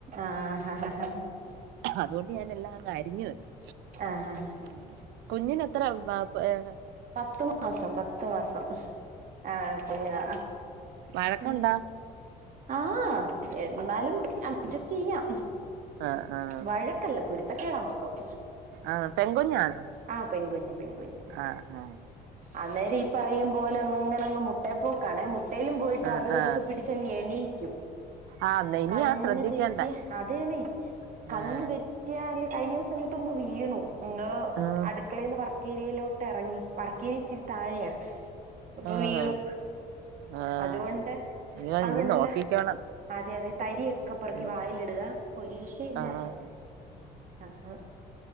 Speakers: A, on the right; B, on the right.
A: ആഹ് ഹ ഹ ഹ
B: അതുകൊണ്ട് ഞാനെല്ലാം അങ്ങ് അരിഞ്ഞ് വെക്കും
A: ആഹ് ഹ ഹ
B: ഉം കുഞ്ഞിനെത്ര വാ ഏഹ് ആഹ്
A: പത്ത്മാസം പത്ത്മാസം ആഹ് കുഞ്ഞാ
B: വഴക്കുണ്ടോ
A: ഉം ആഹ് എന്നാലും അഡ്ജസ്റ്റെയ്യാം
B: ആഹ് ആഹ്
A: വഴക്കല്ല കുരുത്തക്കേടാ മൊത്തോം
B: ആഹ് പെൺകുഞ്ഞാണോ
A: ആഹ് പെൺകുഞ്ഞ് പെൺകുഞ്ഞ്
B: ആഹ് ആഹ്
A: അന്നേരം ഈ പറയും പോലങ്ങനങ്ങ് മുട്ടേ പോക്കാണെ മുട്ടേലും പോയിട്ട്
B: ആഹ്
A: അത് ഇവിടക്കെ
B: ആഹ്
A: പിടി ച്ചങ്ങെണീക്കും
B: ആഹ് ന്ന ഇനിയാ
A: കണ്ണ്
B: ശ്രദ്ധിക്കേണ്ടേ
A: തെറ്റിയാ അതേന്നെ കണ്ണ്
B: ആഹ്
A: തെ ഞാനില്ലേ കഴിഞ്ഞ ദിവസം എന്നിട്ടൊന്ന് വീണു എങ്ങ്
B: ആഹ്
A: അടുക്കളേന്ന് വർക്കേര്യലോട്ടെറങ്ങി വർക്കേര്യച്ചിരി താഴെയാ അപ്പൊ
B: ആണോ
A: വീണു
B: ആഹ്
A: അതുകൊണ്ട്
B: അയ്യോ
A: അത്
B: ഇനി
A: തന്നല്ല
B: നോക്കിക്കോണം
A: അതെ അതെ ഈ തരിയക്കെ പെറുക്കി
B: ഉം
A: വായിലിടുക ഒരു രക്ഷ ഇല്ല
B: ആഹ്
A: ആഹ് അഹ്